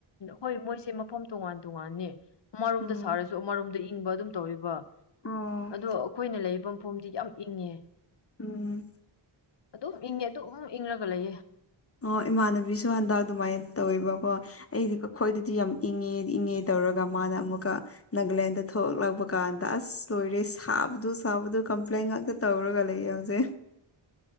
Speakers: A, on the left; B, on the left.
A: ꯍꯣꯏ ꯃꯣꯏꯁꯦ ꯃꯐꯝ ꯇꯣꯉꯥꯟ ꯇꯣꯉꯥꯟꯅꯦ ꯑꯃꯔꯣꯝꯗ
B: ꯎꯝ
A: ꯁꯥꯔꯁ ꯗꯣ ꯑꯃꯔꯣꯝꯗ ꯏꯪꯕ ꯑꯗꯨꯝ ꯇꯧꯋꯦꯕ
B: ꯑꯣ
A: ꯑꯗꯣ ꯑꯩꯈꯣꯏꯅ ꯂꯩꯔꯤꯕ ꯃꯐꯝꯗꯤ ꯌꯥꯝ ꯏꯪꯉꯦ
B: ꯎꯝ
A: ꯑꯗꯨꯝ ꯏꯪꯉꯦ ꯑꯗꯨꯝ ꯏꯪꯪꯔꯒ ꯂꯩꯌꯦ
B: ꯑꯣ ꯏꯃꯥꯟꯅꯕꯤꯁꯨ ꯍꯟꯗꯛ ꯑꯗꯨꯃꯥꯏ ꯇꯧꯋꯦꯕꯀꯣ ꯑꯩꯗꯤꯀꯣ ꯑꯩꯈꯣꯏꯗꯗꯤ ꯌꯥꯝ ꯏꯪꯉꯦ ꯏꯪꯉꯦ ꯇꯧꯔꯒ ꯃꯥꯅ ꯑꯃꯨꯛꯀ ꯅꯥꯒꯂꯦꯟꯗ ꯊꯣꯛꯂꯛꯄ ꯀꯥꯟꯗ ꯑꯁ ꯂꯣꯏꯔꯦ ꯁꯥꯕꯗꯨ ꯁꯥꯕꯗꯨ ꯀꯝꯄ꯭ꯂꯦꯟ ꯉꯥꯛꯇ ꯇꯧꯔꯒ ꯂꯩꯌꯧꯖꯦ